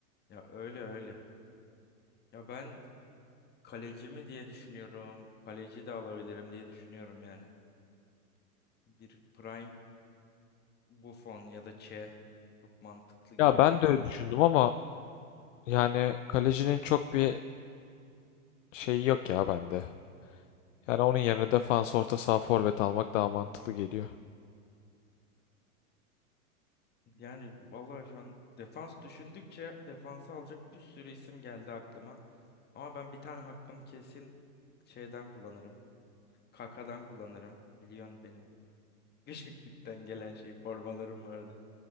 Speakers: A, on the left; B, on the left.
A: ya öyle öyle. Ya ben kaleci mi diye düşünüyorum. Kaleci de alabilirim diye düşünüyorum yani. Bir prime Buffon ya da Che çok mantıklı geliyor
B: Ya ben
A: bana.
B: de öyle düşündüm ama Yani kalecinin çok bir şeyi yok ya bende. Yani onun yerine defans, orta saha, forvet almak daha mantıklı geliyor.
A: Yani vallahi şu an defans düşündükçe defansı alacak bir sürü isim geldi aklıma. Ama ben bir tane hakkımı kesin şeyden kullanırım. Kaka'dan kullanırım. Biliyorsun benim <laughs> küçüklükten gelen şey formalarım vardı.